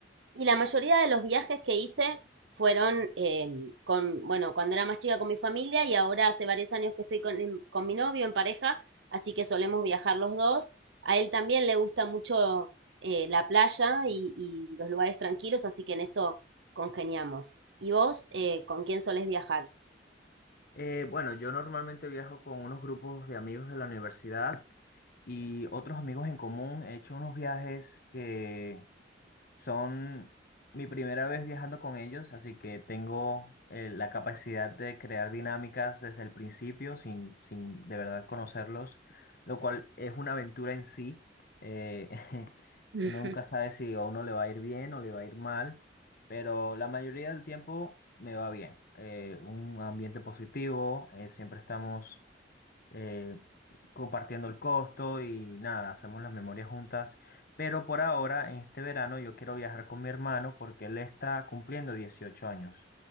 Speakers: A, on the right; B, on the left.
A: Y la mayoría de los viajes que hice fueron eh, con, bueno, cuando era más chica con mi familia y ahora hace varios años que estoy con, en- con mi novio en pareja, así que solemos viajar los dos. A él también le gusta mucho eh, la playa y, y los lugares tranquilos, así que en eso congeniamos. ¿Y vos, eh, con quién solés viajar?
B: Eh, bueno, yo normalmente viajo con unos grupos de amigos de la universidad y otros amigos en común. He hecho unos viajes que son mi primera vez viajando con ellos, así que tengo eh, la capacidad de crear dinámicas desde el principio sin, sin de verdad conocerlos, lo cual es una aventura en sí. Eh, <laughs>
A: <laughs>
B: uno nunca sabe si a uno le va a ir bien o le va a ir mal, pero la mayoría del tiempo me va bien. Eh, un ambiente positivo, eh, siempre estamos eh, compartiendo el costo y nada, hacemos las memorias juntas. Pero por ahora, en este verano, yo quiero viajar con mi hermano porque él está cumpliendo 18 años.